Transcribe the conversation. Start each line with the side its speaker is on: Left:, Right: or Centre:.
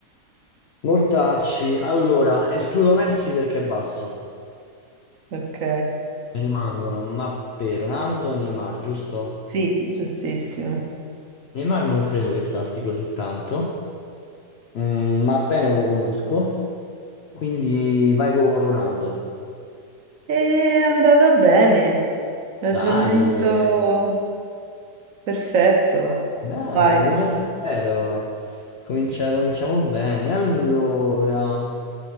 Left: Mortacci. Allora, escludo Messi perché è basso.
Right: Ok,
Left: Ne rimangono Mbappé, Ronaldo e Neymar, giusto?
Right: sì, giustissimo.
Left: Neymar non credo che salti così tanto. Mm, Mbappé non lo conosco. Quindi vai con Ronaldo.
Right: È andata bene, ragionamento
Left: Dai, eh.
Right: perfetto.
Left: Ok, Dai,
Right: Vai,
Left: 1-0. Comincia- cominciamo bene. Allora,